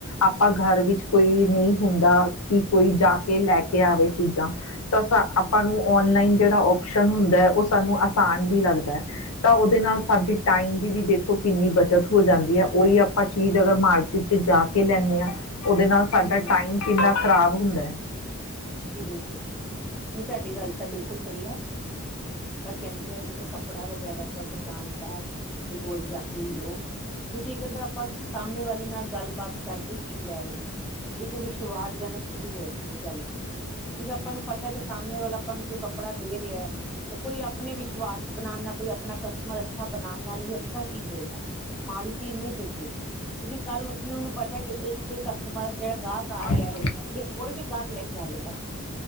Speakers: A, on the left; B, in the centre.
A: ਆਪਾਂ ਘਰ ਵਿੱਚ ਕੋਈ ਨਈਂ ਹੁੰਦਾ। ਠੀ ਕੋਈ ਜਾਕੇ ਲੈਕੇ ਆਵੇ ਚੀਜ਼ਾਂ ਤਾਂ ਸਾ ਆਪਾਂ ਨੂੰ ਔਨਲਾਈਨ ਜੇੜਾ ਓਪਸ਼ਨ ਹੁੰਦਾ ਐ, ਓ ਸਾਨੂੰ ਆਸਾਨ ਵੀ ਲੱਗਦਾ। ਤਾਂ ਓਦੇ ਨਾਲ ਸਾਡੀ ਟਾਈਮ ਦੀ ਵੀ ਦੇਖੋ ਕਿੰਨੀ ਬੱਚਤ ਹੋ ਜਾਂਦੀ ਐ। ਓਈ ਆਪਾਂ ਚੀਜ਼ ਅਗਰ ਮਾਰਕੀ ਵਿੱਚ ਕੇ ਲੈਂਣੇ ਆਂ, ਓਦੇ ਨਾਲ ਸਾਡਾ
B: ਹਮ
A: ਟਾਈਮ ਕਿੰਨਾ ਖਰਾਬ ਹੁੰਦਾ ਐ।
B: ਜੀ ਬਿਲਕੁਲ ਨਈ ਤੁਹਾਡੀ ਗੱਲ ਤਾਂ ਬਿਲਕੁਲ ਸਹੀ ਐ। ਪਰ ਕਹਿੰਦੇ ਆ ਜਿਵੇਂ ਕੱਪੜਾ ਵਗੈਰਾ ਤਾਂ ਦੁਕਾਨਦਾਰ ਤੇ ਕੋਲ ਜਾ ਕੇ ਹੀ ਲਓ। ਕਿਉਂਕਿ ਕਹਿੰਦਾ ਆਪਾਂ ਸਾਹਮਣੇ ਵਾਲੇ ਨਾਲ ਗੱਲਬਾਤ ਕਰਕੇ ਕੀ ਲੈ ਰਹੇ ਹੋ, ਇੱਕ ਵਿਸ਼ਵਾਸਜਨਕ ਚੀਜ਼ ਹੋ ਜਾਂਦੀ ਹੈ ਚੱਲ ਕੇ ਜਦੋ ਆਪਾਂ ਨੂੰ ਪਤਾ ਕਿ ਸਾਹਮਣੇ ਵਾਲਾ ਆਪਾਂ ਨੂੰ ਜੋ ਕੱਪੜਾ ਦੇ ਰਿਹਾ ਐ ਕੋਈ ਆਪਣੇ ਵਿਸ਼ਵਾਸ ਬਣਾਉਣ ਨਾਲ ਕੋਈ ਆਪਣਾ ਕਸਟਮਰ ਅੱਛਾ ਬਣਾਉਣ ਨਾਲ ਹੀ ਅੱਛਾ ਚੀਜ਼ ਦਏਗਾ। ਮਾੜੀ ਚੀਜ ਨਹੀਂ ਵੇਚੇਗਾ ਕਿਉਂਕਿ ਕੱਲ ਉਸਨੂੰ ਪਤਾ ਪਹਿਲੇ ਇੱਕ ਇੱਕ ਕਸਟਮਰ ਜਿਹੜਾ ਗਾਹਕ ਆ ਰਿਹਾ
A: ਹੈਲੋ।
B: ਐ, ਇਹ ਹੋਰ ਵੀ ਗਾਹਕ ਲੈ ਕੇ ਆਵੇਗਾ।